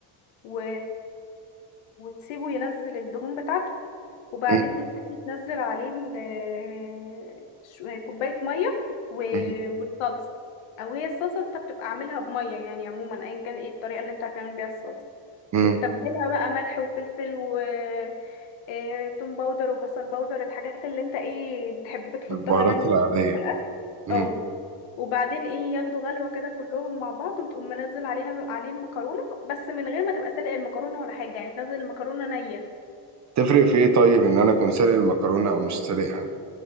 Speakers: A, on the left; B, on the right.
A: و... وتسيبه ينزل الدهون بتاعته وبعدين
B: م-
A: تبتدي تنزل عليه ال- شو- كوباية مية و-
B: م-
A: والصلصة أو هي الصلصة انت بتبقى عاملها بمية يعني عموما أيا كان ايه الطريقة اللي انت هتعمل بيها الصلصة
B: م.
A: وتتبلها بقى ملح وفلفل و آه، توم باودر وبصل باودر الحاجات اللي انت ايه بتحب تحطها
B: البهارات
A: يعني
B: العادية
A: بهارات في الأكل
B: م.
A: اه وبعدين ايه ياخدوا غلوة كده كلهم مع بعض وتقوم منزل عليها عليه المكرونة بس من غير ما تبقى سلق المكرونة ولا حاجة يعني تنزل المكرونة نية
B: تفرق في ايه طيب ان انا اكون سالق المكرونة او مش سالقها